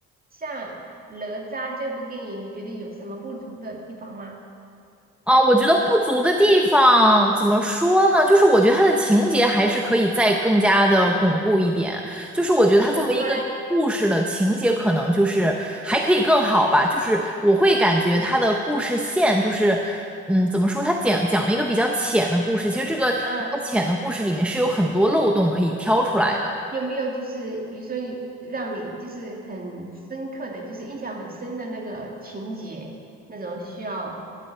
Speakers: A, on the right (about 30°); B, in the centre.
A: 像哪吒这部电影，你觉得有什么不足的地方吗？
B: 啊，我觉得不足的地方怎么说呢？就是我觉得它的情节还是可以再更加的巩固一点。就是我觉得它作为一个故事的情节，
A: 就是说嘞，
B: 可能就是还可以更好吧。就是我会感觉它的故事线就是，嗯，怎么说？它讲讲了一个比较浅的故事。其实这个比较浅的故事里面是有很多漏洞可以挑出来的。
A: 嗯，有没有就是比如说你让你就是很深刻的，就是印象很深的那个情节，那种需要